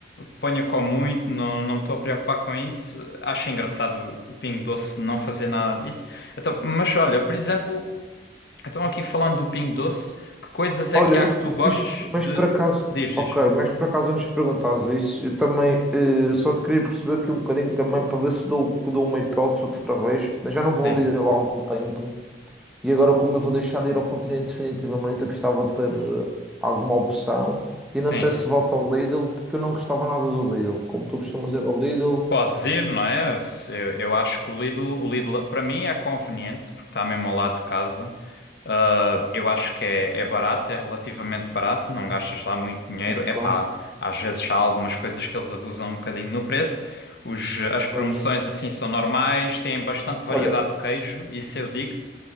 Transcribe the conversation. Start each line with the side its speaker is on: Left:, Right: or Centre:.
Left: ponha com muito, não, não me estou a preocupar com isso. Acho engraçado o Pingo Doce não fazer nada disso. Então, mas olha, por exemplo. Então, aqui falando do Pingo Doce, que coisas é
Centre: Olha,
Left: que há
Centre: não,
Left: que tu gostes
Centre: mas, mas
Left: de.
Centre: por acaso,
Left: Diz, diz.
Centre: ok, mas por acaso antes de perguntares isso, eu também eh, só te queria perceber aqui um bocadinho também para ver se dou, que dou uma hipótese outra vez. Eu já não
Left: Sim,
Centre: vou ali lá há algum tempo e agora, como eu vou deixar de ir ao continente definitivamente, eu gostava de ter eh, alguma opção e
Left: sim.
Centre: não sei se volto ao Lidl porque eu não gostava nada do Lidl. Como tu costumas ir ao Lidl,
Left: pode ir, não é? Se- Eu, eu acho que o Lidl, o Lidl para mim é conveniente porque está mesmo ao lado de casa. Ah, eu acho que é, é barato, é relativamente barato, não gastas lá muito dinheiro.
Centre: ok,
Left: É pá, às vezes há algumas coisas que eles abusam um bocadinho no preço. Os, as promoções
Centre: pois.
Left: assim são normais, têm bastante variedade
Centre: Olha,
Left: de queijo, isso eu digo-te.